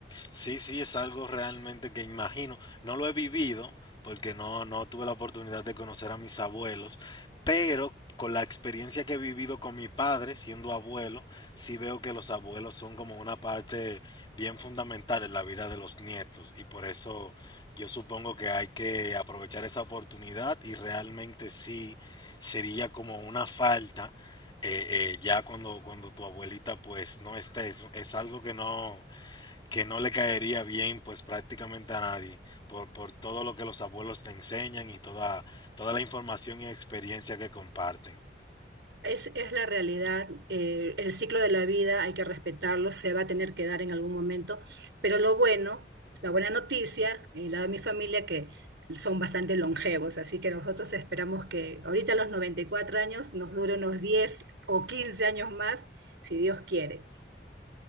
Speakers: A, on the left; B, on the right.
A: Sí, sí, es algo realmente que imagino. No lo he vivido porque no, no tuve la oportunidad de conocer a mis abuelos, pero con la experiencia que he vivido con mi padre siendo abuelo, sí veo que los abuelos son como una parte bien fundamental en la vida de los nietos y por eso yo supongo que hay que aprovechar esa oportunidad y realmente sí sería como una falta eh, eh, ya cuando, cuando tu abuelita pues no esté. Es, es algo que no que no le caería bien pues prácticamente a nadie por, por todo lo que los abuelos le enseñan y toda, toda la información y experiencia que comparten.
B: Es, es la realidad, eh, el ciclo de la vida hay que respetarlo, se va a tener que dar en algún momento, pero lo bueno, la buena noticia, y la de mi familia, que son bastante longevos, así que nosotros esperamos que ahorita a los 94 años nos dure unos 10 o 15 años más, si Dios quiere.